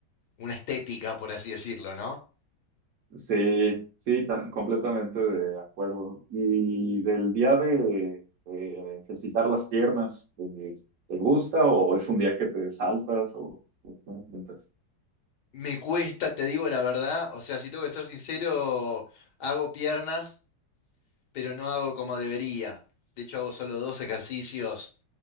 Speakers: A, on the left; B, on the right.
A: una estética, por así decirlo, ¿no?
B: Sí, sí, tan- completamente de acuerdo. Y del día de, de ejercitar las piernas, ¿te, te gusta o es un día que te saltas o o cómo piensas?
A: Me cuesta, te digo la verdad. O sea, si tengo que ser sincero, hago piernas, pero no hago como debería. De hecho, hago solo dos ejercicios